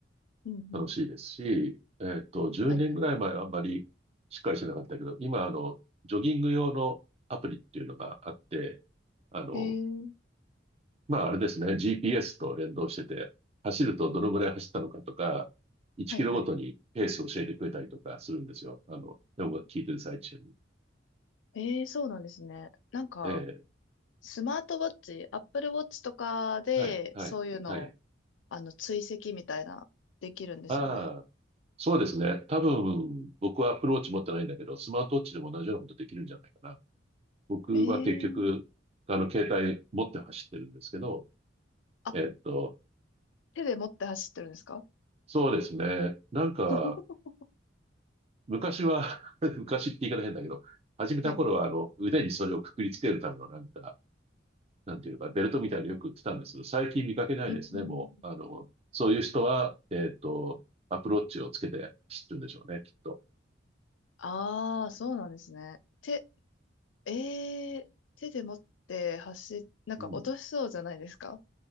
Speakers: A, on the left (about 75°); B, on the right (about 30°).
A: うんうん。
B: 楽しいですし、えっと、10年ぐらい前はあんまりしっかりしてなかったけど、
A: はいはい。
B: 今あの、ジョギング用のアプリっていうのがあって、あの、
A: へえ、
B: まああれですね、GPS と連動してて、走るとどのぐらい走ったのかとか、1キロごとにペースを教えてくれたりとかするんですよ。
A: はいはい。
B: あの、音楽聴いてる最中に。
A: ええ、そうなんですね。なんか、
B: ええ、
A: スマートウォッチ、Apple Watch とかで、
B: はい、はい、
A: そういうのを、
B: はい。
A: あの、追跡みたいな、できるんですよね。
B: ああ、そうですね。多分、僕はアップルウォッチ持ってないんだけど、スマートウォッチでも同じようなことできるんじゃないかな。僕は結局、
A: ええ、
B: あの、携帯持って走ってるんですけど、
A: あ、
B: えっと、
A: 手で持って走ってるんですか
B: そうですね。なんか、
A: <laughs>
B: 昔は <laughs> 昔って言い方変だけど、始めた頃は、
A: はい。
B: あの、腕にそれをくくりつけるためのなんか、なんていうのか、ベルトみたいによく売ってたんですけど、最近見かけないですね、
A: うん。
B: もう。あの、そういう人は、えっと、アップローチをつけて知ってるんでしょうね、きっと。
A: ああ、そうなんですね。手、ええ手で持って走なんか落としそうじゃないですか
B: うん。